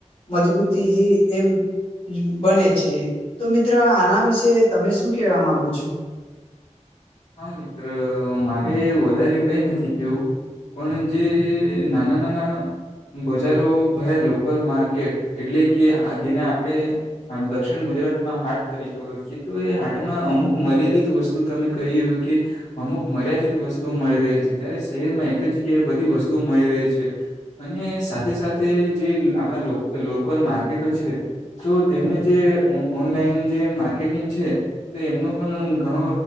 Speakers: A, on the left (about 45°); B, on the left (about 65°).
A: મજબૂતીથી એમ બને છે, તો મિત્ર આના વિશે તમે શું કેવા માંગો છો?
B: હા, મિત્ર મારે વધારે કઈ નથી કેવું પણ જે નાના નાના બજારો ભરાય લોકલ માર્કેટ એટલે કે હા જેને આપળે આમ દક્ષિણ ગુજરાતમાં હાટ તરીકે ઓળખી તો એ હાટમાં અમુક મર્યાદિત <unintelligible> વસ્તુ તમે કૈએ એવુ કે અમુક મર્યાદિત વસ્તુઓ મળી રહે છે, જ્યારે શેહેરમાં એક જ જગ્યાએ બધી વસ્તુઓ મળી રહે છે. અને સાથે સાથે જે લ આપળા લોક લોકલ માર્કેટો છે તો તેમને જે ઓ ઓનલાઈન જે માર્કેટિંગ છે, તે એમનું પણ ઘણો